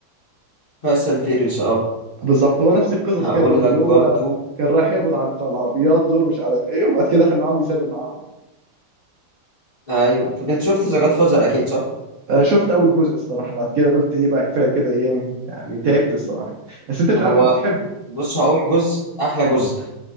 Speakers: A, on the left; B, on the right.
A: فاست اند فيريوس اه
B: بالظبط هو نفس القصص
A: هقول
B: كده برضه
A: لك
B: اللي
A: برضو
B: هو كان رايح يقبض على بتاع العربيات دول مش عارف ايه وبعد كده دخل معاهم يسابق معاهم
A: ايوه طب انت شفت ذا جاد فازر اكيد صح؟
B: آه، شفت اول جزء الصراحه بعد كده قلت ايه بقى كفايه كده ايه يعني تعبت الصراحه بس انت مش
A: هو
B: عارف انت بتحبه
A: بص هو اول جزء احلى جزء